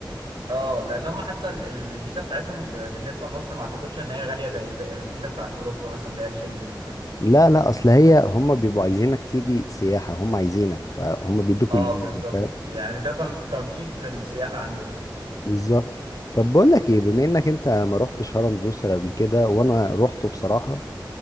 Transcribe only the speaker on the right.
اه لان هم حتى ال- الفيزا بتاعتهم ب- بالنسبه لمصر ما اعتقدش ان هي غاليه زي في- الفيزا بتاعت اوروبا مثلا اللي هي الشنجن وكده
اه
بالظبط
يعني ده تنش- تنشيط للسياحه عندهم